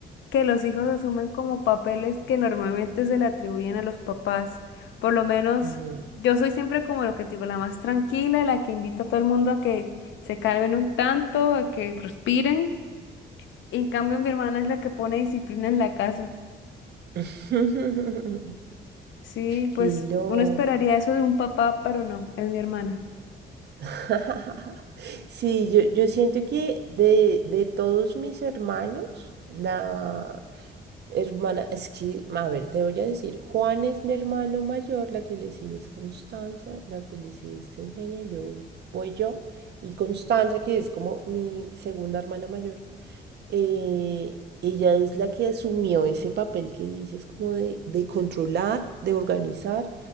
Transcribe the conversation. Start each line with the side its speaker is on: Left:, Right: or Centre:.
Left: que los hijos asumen como papeles que normalmente se le atribuyen a los papás. Por lo menos
Right: Ujú.
Left: yo soy siempre como lo que te digo, la más tranquila, la que invita a todo el mundo a que se calmen un tanto, a que respiren. Y en cambio mi hermana es la que pone disciplina en la casa.
Right: <laughs>
Left: Sí,
Right: Qué
Left: pues
Right: loco.
Left: uno esperaría eso de un papá, pero no, es mi hermana.
Right: <laughs> Sí, yo, yo siento que de, de todos mis hermanos, la, Hermana, es que, a ver, te voy a decir, Juan es mi hermano mayor, la que le sigue es Constanza, la que le sigue es Eugenia, y luego voy yo, y Constanza, que es como mi segunda hermana mayor, eh, ella es la que asumió ese papel que dices, como de, de controlar, de organizar,